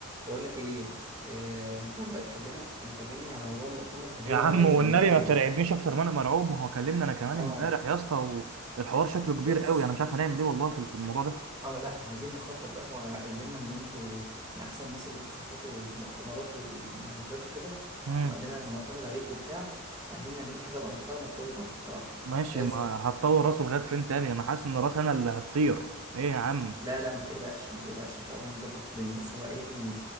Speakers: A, on the right; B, on the right.
A: بقول لك ايه آه، انت الرأي اتكلمك انا كلمني على موضوع المؤتمر اللي هو
B: يا عم
A: عايز
B: والنبي
A: يعمله
B: ما ترعبنيش اكتر ما انا مرعوب ما هو كلمنا انا كمان
A: اه
B: امبارح يا اسطى والحوار شكله كبير
A: بص
B: قوي انا مش عارف هنعمل ايه والله في الموضوع ده
A: اه لا احنا عايزين نخطط ده هو قال لنا ان انتوا من احسن الناس اللي بتخططوا المؤتمرات والمناسبات وكده
B: امم
A: وقال لنا انا معتمد عليك وبتاع فعايزين نعمل له حاجه بقى محترمه تطور راسه بصراحه
B: ماشي
A: لازم
B: ما هتطور راسه لغايه فين تاني انا حاسس ان راس انا اللي هتطير ايه يا عم
A: لا لا ما تقلقش ما تقلقش ان شاء الله هنظبط الدنيا بص هو قايل ان